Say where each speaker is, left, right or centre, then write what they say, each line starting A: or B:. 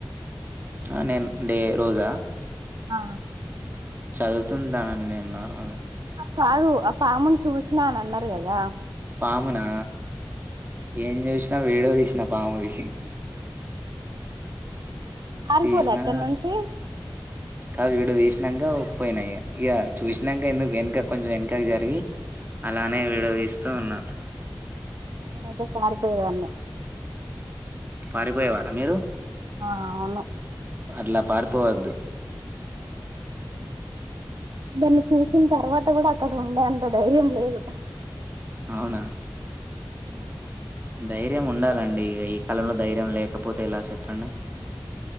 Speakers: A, on the right; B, on the right.
A: ఆ నేన్ డే రోజ.
B: ఆ
A: చదువ్తుంది దాన <unintelligible> నేన్ నార్మల్గ.
B: కాదు ఆ పామున్ చూస్నా అనన్నారు గదా.
A: పామునా ఏం జూష్ గ వీడో దీష్నా పాముది.
B: అరిపోదా
A: తీసినా
B: అక్కన్నుంచి
A: కాదు విడు వీస్నాంక ఒ పోయ్ నాయి ఇగ చూస్నాంక ఎందుకు ఎన్క కొంచెం ఎన్కకు జరిగి, అలానే విడ వీస్తూ ఉన్నా
B: నెనయితే పారిపోయేవన్ని
A: పారిపోయేవారా మీరు
B: ఆ అను
A: అట్ల పారిపోవద్దు.
B: దాన్ని చూసిన్ తర్వాత గూడా అక్కడ ఉండే అంత ధైర్యం లేదు.
A: ఔనా.
B: ఉమ్
A: ఉమ్ ధైర్యముండాలండి ఇగ ఈ కాలంలో ధైర్యం లేకపోతే ఎలా చెప్పండి.